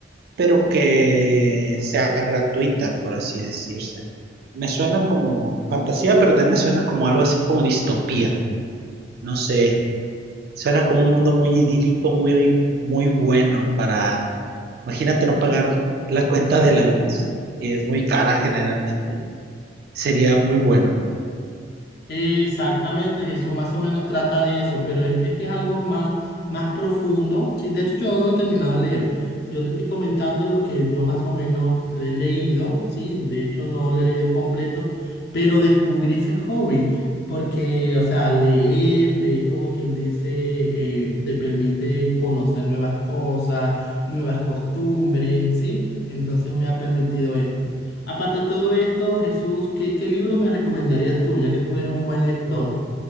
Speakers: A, on the right; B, on the left.
A: pero que sea gratuita, por así decirse. Me suena como fantasía, pero también me suena como algo así como distopía. No sé, suena como un mundo muy idílico, muy, muy bueno para, imagínate no pagar la cuenta de la luz, que es muy cara generalmente. Sería muy bueno.
B: Exactamente, Jesús más o menos trata de eso, pero es que es, que es algo más, más profundo. Sí, de hecho, yo no lo he terminado de leer. Yo te estoy comentando lo que yo más o menos he leído, sí, de hecho no lo he leído completo, pero descubrí ese hobby, porque, o sea, leer, eh, como quien dice, eh, te permite conocer nuevas cosas, nuevas costumbres, ¿sí? Entonces me ha permitido esto. Aparte de todo esto, Jesús, ¿qué, qué libro me recomendarías tú, ya que tú eres un buen lector?
A: Eh,